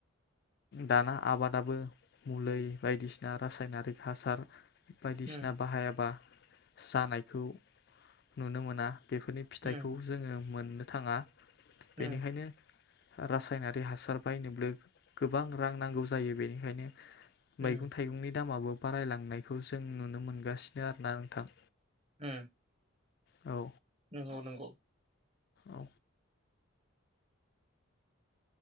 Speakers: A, on the left (about 50°); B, on the right (about 30°).
A: दाना आबादाबो मुलै बायदिसिना रासायनारि हासार। बायदिसिना
B: उम
A: बाहायाबा जानायखौ नुनो मोना। बेफोरनि फिथाइखौ
B: उम
A: जोङो मोन थाङा बेनिखायनो।
B: उम
A: रासायनारि हासार बायनोब्लो गोबां रां नांगौ जायो बेनिखायनो
B: उम
A: मैगं थाइगंनि दामाबो बारायलांनायखौ जों नुनो मोनगासिनो आरो ना नोंथां
B: उम
A: औ
B: नंगौ नंगौ।
A: औ